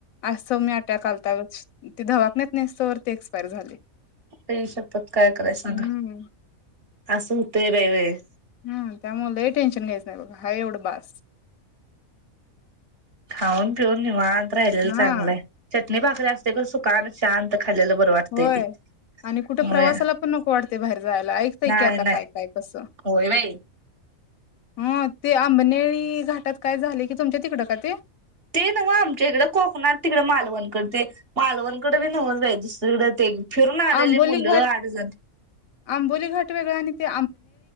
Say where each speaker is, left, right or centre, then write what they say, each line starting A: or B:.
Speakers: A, on the left (about 80°); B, on the right (about 45°).
A: सौम्या अटॅक आलता गं ते दवाखान्यात नेइस तवर ते एक्सपायर झाले
B: आईशपथ काय करायच सांगा
A: हम्म
B: अस होतयं व्हय व्हय
A: हम्म त्यामुळे लय टेन्शन घ्यायचं नाही आहे तेवढं बास
B: खाऊन पिऊन निवांत राहिलेल
A: हा
B: चांगलं हाय च चटणी भाकरी असते खरं सुखाण शांत खाल्लेलं बरं वाटतंय
A: होय
B: ते.
A: आणि कुठे
B: होय
A: प्रवासाला पण नको वाटते बाहेर जायला ऐकतय
B: नाही
A: की आता
B: नाही
A: काय काय कस
B: होय बाई.
A: ह ते अंबनेळी घाटात काय झाले की तुमच्या तिकड का ते
B: ते नव आमच्या इकडे कोकणात तिकडे मालवणकडडे ते मालवणकडे बी न्हवच बाई दुसरीकडं ते फिरून आलेले
A: आंबोली
B: मुलं
A: घाट
B: आठजण
A: आंबोली घाट वेगळा आणि तें